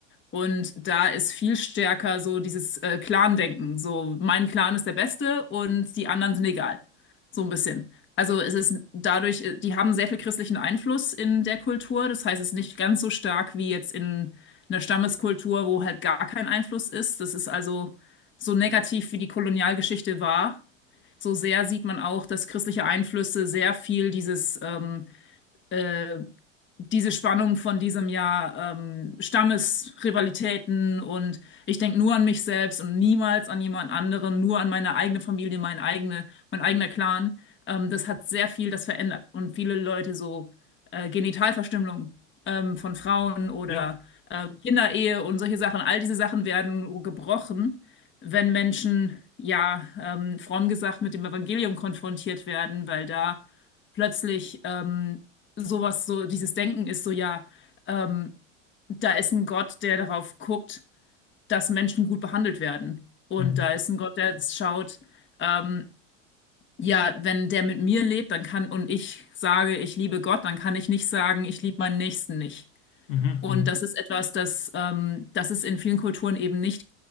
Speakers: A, on the left; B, on the left.
A: Und da ist viel stärker so dieses äh, Clan-Denken. So, mein Clan ist der Beste und die anderen sind egal. So ein bisschen. Also es ist dadurch, äh, die haben sehr viel christlichen Einfluss in der Kultur. Das heißt, es ist nicht ganz so stark wie jetzt in einer Stammeskultur, wo halt gar kein Einfluss ist. Das ist also so negativ, wie die Kolonialgeschichte war. So sehr sieht man auch, dass christliche Einflüsse sehr viel dieses ähm, äh, diese Spannung von diesem Jahr, ähm, Stammesrivalitäten und ich denke nur an mich selbst und niemals an jemand anderen, nur an meine eigene Familie, mein eigene, mein eigener Clan. Ähm, das hat sehr viel das verändert und viele Leute so äh, Genitalverstümmelung ähm, von Frauen oder
B: ja.
A: äh, Kinderehe und solche Sachen, all diese Sachen werden gebrochen, wenn Menschen, ja, ähm, fromm gesagt, mit dem Evangelium konfrontiert werden, weil da plötzlich ähm, sowas, so dieses Denken ist so, ja, ähm, da ist ein Gott, der darauf guckt, dass Menschen gut behandelt werden. Und
B: Mhm.
A: da ist ein Gott, der schaut, ähm, ja, wenn der mit mir lebt, dann kann, und ich sage, ich liebe Gott, dann kann ich nicht sagen, ich liebe meinen Nächsten nicht.
B: Mhm.
A: Und
B: Mhm.
A: das ist etwas, das, ähm, das ist in vielen Kulturen eben nicht